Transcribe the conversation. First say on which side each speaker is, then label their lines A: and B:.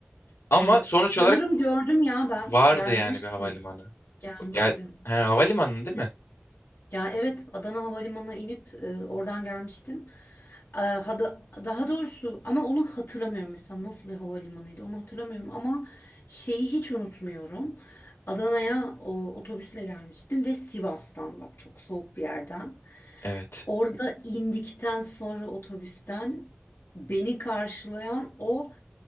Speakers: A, on the left (about 85°); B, on the left (about 70°).
A: Ama
B: Evet.
A: sonuç
B: Sanırım
A: olarak
B: gördüm ya ben.
A: vardı
B: Gelmiştim.
A: yani bir havalimanı.
B: Gelmiştim.
A: Gel, ha, havalimanı değil mi?
B: Ya evet Adana Havalimanı'na inip e, oradan gelmiştim. E, hada- daha doğrusu ama onu hatırlamıyorum mesela nasıl bir havalimanıydı onu hatırlamıyorum ama şeyi hiç unutmuyorum. Adana'ya o, otobüsle gelmiştim ve Sivas'tan bak çok soğuk bir yerden.
A: Evet.
B: Orada indikten sonra otobüsten beni karşılayan o